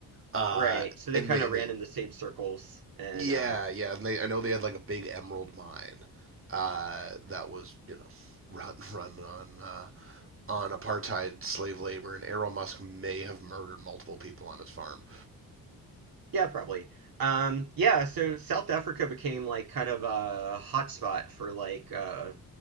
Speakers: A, on the right; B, on the right.
A: uh,
B: right. So they
A: and
B: kind
A: they
B: of
A: and
B: ran
A: they
B: in the same circles, and
A: yeah
B: uh,
A: yeah, and they I know they had like a big emerald mine, uh, that was you know <laughs> run run on uh on apartheid slave labor, and Errol Musk may have murdered multiple people on his farm.
B: yeah, probably. Um, yeah, so South Africa became like kind of a hotspot for like uh,